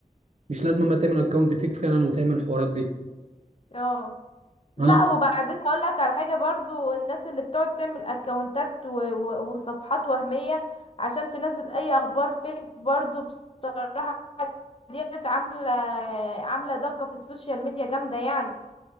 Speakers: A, on the right; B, on the left.
A: مش لازم ما تعمل اكونت فيك فعلا وتعمل الحوارات دي
B: اه لا
A: انا
B: وبعدين هقول لك على حاجه برضو الناس اللي بتقعد تعمل اكونتات و... و... وصفحات وهميه عشان تنزل اي اخبار فيك برضو بصراحه ديت عامله عامله ضجه في السوشيال ميديا جامده يعني